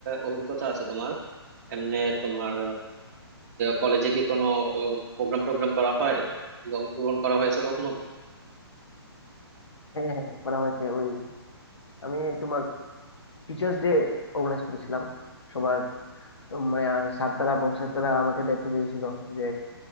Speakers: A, on the right; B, on the left.
A: অভিজ্ঞতা আছে তোমার এমনি তোমার কলেজে কি কোনো প্রোগ্রাম টোগ্রাম করা হয় অংশগ্রহণ করা হয়েছে কখনো
B: হ্যাঁ হ্যাঁ করা হয়েছে ওই আমি তোমার টিচার্স ডে অর্গানাইজ করেছিলাম সবার উম, মানে স্যার তারা প্রফেসর তারা আমাকে দায়িত্ব দিয়েছিল যে